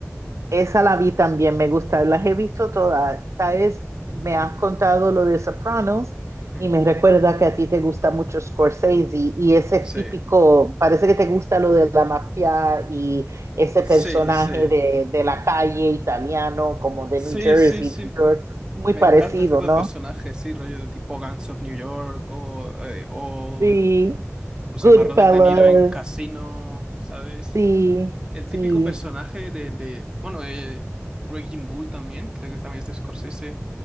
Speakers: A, on the right; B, on the right.
A: Esa la vi también, me gusta, las he visto todas. Sabes, me has contado lo de Sopranos
B: mm.
A: y me recuerda que a ti te gusta mucho Scorsese y ese
B: Sí,
A: típico, parece que te gusta lo de la mafia y ese
B: sí,
A: personaje
B: sí.
A: de, de la calle italiano, como de
B: Sí,
A: New Jersey,
B: sí, sí.
A: New York, muy
B: Me
A: parecido,
B: encanta ese tipo
A: ¿no?
B: de personajes, sí, rollo de tipo Gangs of New York o, eh, o
A: Sí,
B: ¿Cómo se
A: Goodfellas,
B: llama? Robert De Niro en Casino, ¿sabes?
A: sí,
B: El
A: sí,
B: típico personaje de, de bueno, eh, Raging Bull también, creo que también es de Scorsese.